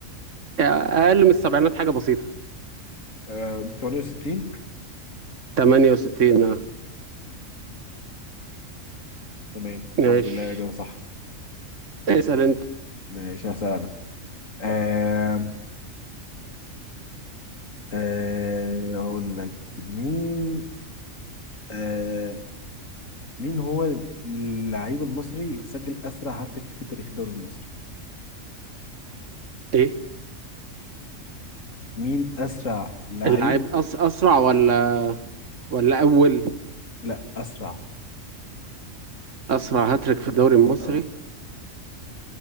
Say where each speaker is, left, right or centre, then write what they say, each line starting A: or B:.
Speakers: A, on the right; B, on the left.
A: آه، اقل من السبعينات حاجة بسيطة
B: آه، 68
A: 68 اه
B: تمام
A: ماشي
B: الحمد لله الإجابة صح
A: اسأل انت
B: ماشي هسأل أنا آه، آه، أقول لك مين آه، مين هو اللعيب المصري اللي سجل أسرع هاتريك في تاريخ الدوري المصري؟
A: ايه
B: مين أسرع لعيب؟
A: اللعيب أس أسرع ولا ولا أول
B: لا أسرع
A: أسرع هاتريك في الدوري المصري
B: اه